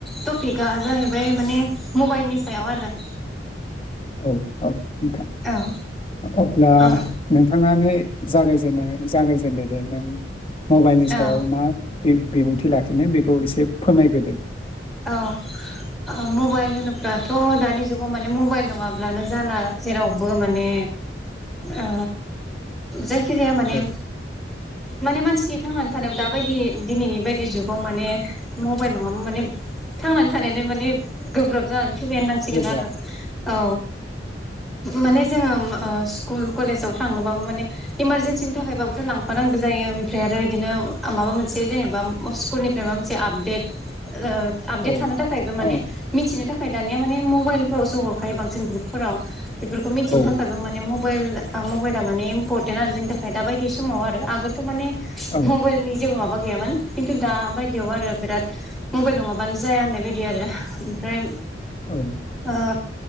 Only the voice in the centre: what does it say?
टकिकआ जाहैबाय माने मबाइलनि सायाव आरो
औ
औ
औ
औ ओ मबाइल होनोब्लाथ' दानि जुगाव माने मबाइल नङाब्लानो जाला जेरावबो माने ओ जायखि जाया माने
माने मानसिनि थांनानै थानाय दाबायदि दिनैनि बायदि जुगाव माने मबाइल नङाबा माने थांनानै थानायानो माने गोब्राब जानानै सुब नांसिगोन
आरो औ माने जोङो ओ स्कुल कलेजाव थांनोबाबो माने इमारजेेनसिनि थाखायबाबोथ' लांफानांगौ जायो ओमफ्राय आरो बिदिनो माबा मोनसे जेनेबा स्कुलनिफ्राय माबा मोनसे आपडेट ओ आपडेट
थानो थाखायबो माने
मिथिनो थाखा फ्राय दानिया माने मबाइलफोरावसो हरखायो बांसिन ग्रुपफोराव बेफोरखौ मिथिनो
थाखायबो माने मबाइल मबाइला माने इम्परटेन्ट आरो जोंनि थाखाय दा बायदि समाव आरो आगोलथ' माने
मबाइलनि जेबो माबा गैयामोन खिन्थु दा बायदियाव आरो बिराद मबाइल नङाबा नो जाया होननाय बायदि आरो ओमफ्राय
ओ